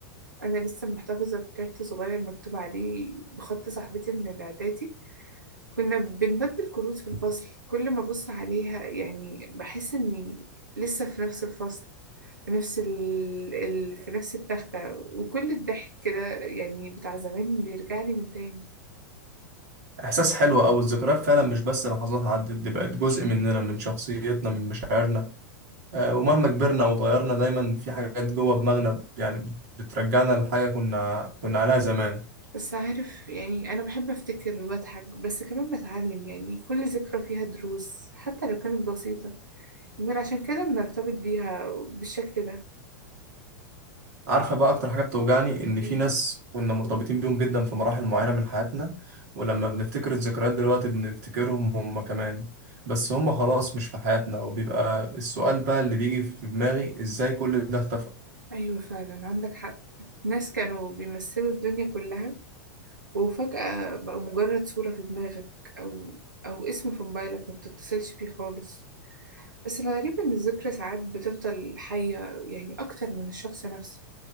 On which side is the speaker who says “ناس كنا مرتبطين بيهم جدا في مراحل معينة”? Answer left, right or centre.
Right